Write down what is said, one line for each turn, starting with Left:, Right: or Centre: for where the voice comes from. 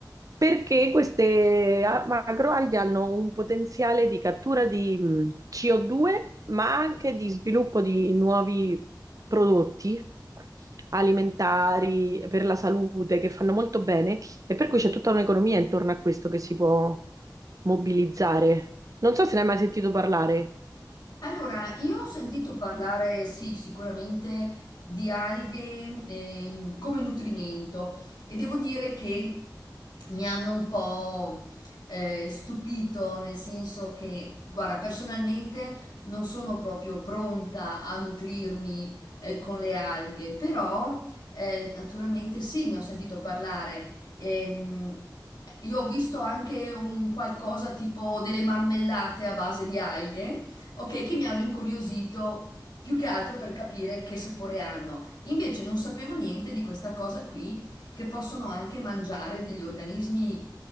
Right: perché queste a- macroalghe hanno un potenziale di cattura di mh, CO2, ma anche di sviluppo di nuovi prodotti alimentari per la salute che fanno molto bene e per cui c'è tutta un'economia intorno a questo che si può mobilizzare. Non so se ne hai mai sentito parlare.
Left: Allora, io ho sentito parlare, sì, sicuramente di alghe ehm, come nutrimento e devo dire che mi hanno un po' eh, stupito, nel senso che, guarda, personalmente non sono proprio pronta a nutrirmi eh, con le alghe, però eh, naturalmente sì, ne ho sentito parlare. Ehm, io ho visto anche un qualcosa tipo delle marmellate a base di alghe Ok, che mi hanno incuriosito più che altro per capire che sapore hanno. Invece non sapevo niente di questa cosa qui, che possono anche mangiare degli organismi,